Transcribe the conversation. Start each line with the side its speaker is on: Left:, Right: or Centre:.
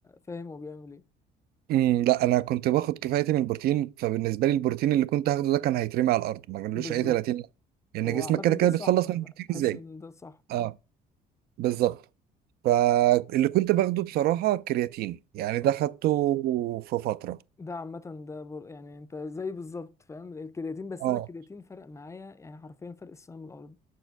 Left: فاهم هو بيعمل ايه
Right: امم لا انا كنت باخد كفايتي من البروتين فبالنسبه لي البروتين اللي كنت هاخده ده كان هيترمي على الارض ما كانلوش
Left: بالظبط
Right: اي 30 لان
Left: هو
Right: جسمك
Left: عامه
Right: كده كده
Left: ده الصح
Right: بيتخلص
Left: انا
Right: من البروتين
Left: بحس
Right: ازاي
Left: ان ده الصح
Right: اه بالظبط فاللي كنت باخده بصراحه كرياتين يعني ده
Left: أه،
Right: خدته في فتره
Left: ده عامه ده بر... يعني انت زي بالظبط فاهم الكرياتين بس
Right: اه
Left: انا الكرياتين فرق معايا يعني حرفيا فرق السنه من الارض